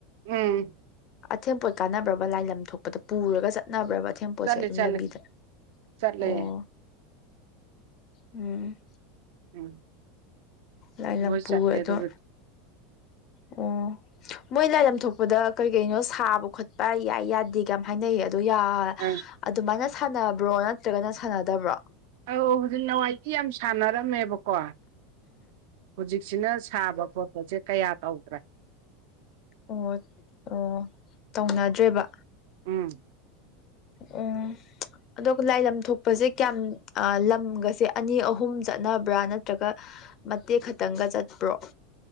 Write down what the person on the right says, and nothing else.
ꯎꯝ
ꯆꯠꯂꯦ
ꯆꯠꯂꯦ
ꯆꯠꯂꯦ
ꯎꯝ
ꯂꯣꯏ ꯆꯠꯂꯦ
ꯑꯗꯨꯒ
ꯑꯪ
ꯑꯧ ꯍꯧꯖꯤꯛ ꯅꯍꯥꯟꯋꯥꯏꯗꯤ ꯌꯥꯝ ꯁꯥꯟꯅꯔꯝꯃꯦꯕꯀꯣ ꯍꯧꯖꯤꯛꯁꯤꯅ ꯁꯥꯕ ꯈꯣꯠꯄꯁꯦ ꯀꯌꯥ ꯇꯧꯗ꯭ꯔꯦ
ꯎꯝ